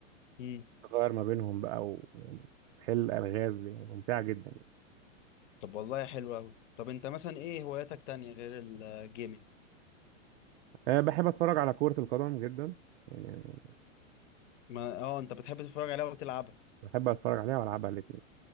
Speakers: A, on the left; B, on the right.
A: امم
B: تغير ما بينهم بقى ويعني تحل الغاز يعني ممتعه جدا
A: طب والله حلو قوي طب انت مثلا ايه هواياتك تانية غير الجيمنج
B: أه بحب اتفرج على كرة القدم جدا يعني
A: ما اه انت بتحب تتفرج عليها وتلعبها
B: بحب اتفرج عليها والعبها الاثنين